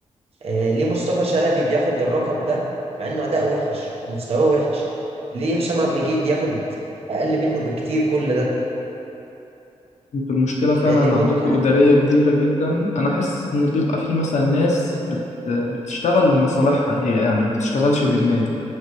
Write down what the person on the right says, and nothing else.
آه، ليه مصطفى شلبي بياخد الرقم ده مع انه اداء وحش ومستواه وحش ليه هشام عبد المجيد ياخد اقل منه بكتير كل ده
هي دي النقطة
يعني